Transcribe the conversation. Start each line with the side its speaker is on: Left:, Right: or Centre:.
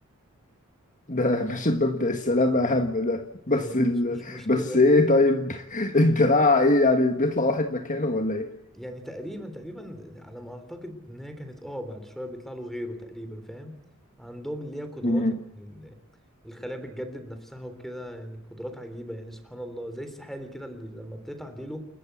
Left: ده مش مبدأ السلامة أهم ده
Centre: يعني
Left: بس ال...
Centre: مش مش مشكلة
Left: بس إيه طيب <laughs> الدراع إيه يعني بيطلع واحد مكانه ولا
Centre: يعني تقريبا تقريبا على ما اعتقد ان هي كانت اه بعد شويه بيطلع له غيره تقريبا فاهم عندهم اللي هي قدرات
Left: إيه؟
Centre: إن ال- الخلايا بتجدد نفسها وكده يعني قدرات عجيبه يعني سبحان الله زي السحالي كده اللي لما بتقطع ديله